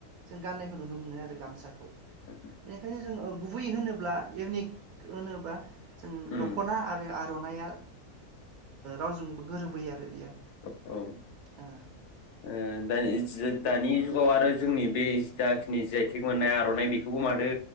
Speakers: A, on the right (about 75°); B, on the left (about 80°).
A: जों गान्नायखौ नुनो मोनो आरो गामसाखौ
B: <inaudible>
A: बेनिखायनो जोङो गुबै होनोब्ला इउनिक होनोब्ला जों
B: उम
A: दख'ना आरो आर आर'ननाया रावजोंबो गोरोबै आरो बियो
B: औ ओ
A: ओ
B: दा दानि दानि जुगाव आरो जोंनि बे जाखिनि जि आइ टेक मोननाय आर'ननाइ बेखौबो माथो